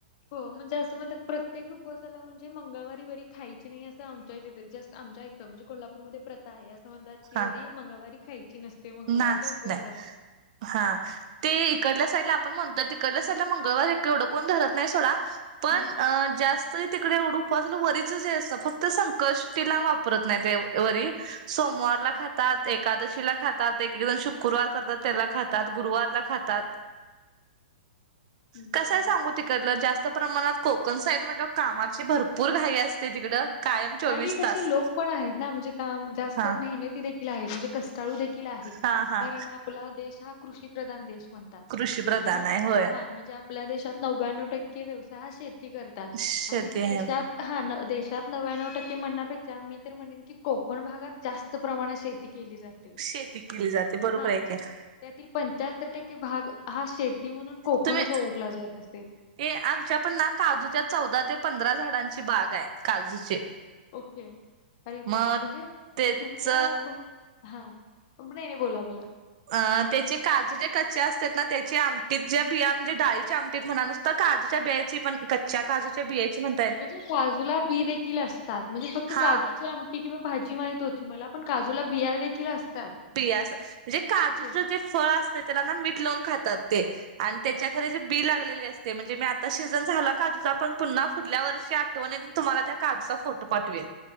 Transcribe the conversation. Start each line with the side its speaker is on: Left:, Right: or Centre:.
Left: हो म्हणजे असं म्हणतात, प्रत्येक उपवासाला म्हणजे मंगळवारी वरी खायची नाही. असं आमच्या इथं जस्ट आमच्या त म्हणजे कोल्हापूरमध्ये प्रथा आहे. असं म्हणतात की,
Right: हा
Left: वरी मंगळवारी खायची नसते. मंगळवारचा
Right: नाच
Left: उपवासाला.
Right: नाही हा. ते इकडंल्या साईडला आपण म्हणतोय. तिकडंल्या साईडला मंगळवार हे एवढं कोण धरत नाय सोडा पण
Left: हा.
Right: अ जास्त तरी तिकडे एवढं उपवासाला वरीचं जे असतं. फक्त संकष्टीला वापरत नाय ते वरी सोमवारला खातात, एकादशीला खात तात. एक एक जण शुक्रवार करतात त्याला खातात. गुरुवारला खातात.
Left: हं.
Right: कसय सांगू तिकडलं जास्त प्रमाणात कोकण साईड म्हटल्यावर कामाची भरपूर घाई असते तिकडं कायम चोवीस
Left: आणि तसे
Right: तास
Left: लोक पण आहेत ना, म्हणजे काम जास्त
Right: हा
Left: मेहनतीने आहेत. म्हणजे कष्टाळू देखील आहे.
Right: हा हा
Left: कारण आपला देश हा कृषी प्रधान देश म्हणतात.
Right: कृषी प्रधान
Left: आणि
Right: आहे होय
Left: हा म्हणजे आपल्या देशात नव्यानवं टक्के व्यवसाय हा शेती करातात.
Right: शेती
Left: आणि
Right: आहे
Left: देशात हा देशात नव्याणावं टक्के म्हणण्यापेक्षा मी तर म्हणेन की, कोकण भागात जास्त प्रमाणात शेती केली जात ते.
Right: शेती केली जाते बरोबर
Left: हा
Right: आहे
Left: म्हणजे
Right: काय
Left: त्यातील पंचाहत्तर टक्के भाग हा शेती म्हणून कोकणच
Right: तुम्ही
Left: ओळखला जात असेल.
Right: ते आमच्या पण ना काजूच्या चौदा ते पंधरा झाडांची बाग आय. काजूचे
Left: ओके. अरे
Right: मग
Left: वा, म्हणजे
Right: तेच
Left: तुम्हाला म हा नाय नाय बोला बोला
Right: अ त्याचे काजू जे कच्चे असत्यात ना, त्याचे आमटीत ज्या बिया म्हणजे डाळीच्या आमटीत म्हणा नु त काजूच्या बियाची पण कच्या काजूच्या बियाची पण
Left: म्हणजे काजूला बी देखील असतात. म्हणजे फक्त
Right: हा
Left: काजूची आम टी किंवा भाजी माहीत होती मला पण काजूला बिया देखील असतात.
Right: बिया असं, म्हणजे काजूच
Left: ओके
Right: जे फळ असतय त्याला ना मीठ लावून खातात ते. आणि त्याच्या खाली जी बी लागलेले असते म्हणजे मी आता सिजन झाला काजूचा पण पुन्हा पुुढल्या वर्षी आ आठवणींनी तुम्हाला त्या काजूचा फोटो पाठवीण.